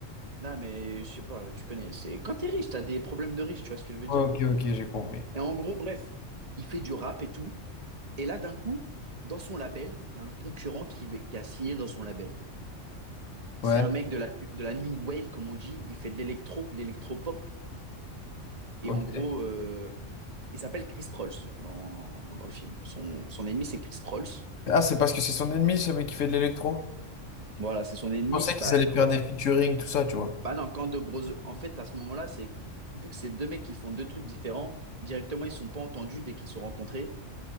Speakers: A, on the right (about 30°); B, on the left (about 80°).
A: Non, mais je sais pas, tu connais. C'est quand t'es riche, t'as des problèmes de riche, tu vois ce que je veux
B: Ok,
A: dire?
B: ok, j'ai compris.
A: Et en gros, bref, il fait du rap et tout. Et là, d'un coup, dans son label, il y a un concurrent qui, va- qui a signé dans son label.
B: Ouais,
A: C'est un mec de la, nu- de la new wave, comme on dit. Il fait de l'électro, de l'électro-pop. Et
B: ok.
A: en gros, euh, il s'appelle Chris Prolls dans, dans le film. Son, son ennemi, c'est Chris Prolls.
B: Ah, c'est parce que c'est son ennemi, ce mec qui fait de l'électro?
A: Voilà, c'est son ennemi.
B: Je pensais
A: qui-
B: qu'ils
A: Bah,
B: allaient
A: ouais.
B: faire des featuring, tout ça, tu vois.
A: Bah non, quand de grosses. En fait, à ce moment-là, c'est vu que c'est deux mecs qui font deux trucs différents, directement, ils sont pas entendus dès qu'ils se sont rencontrés.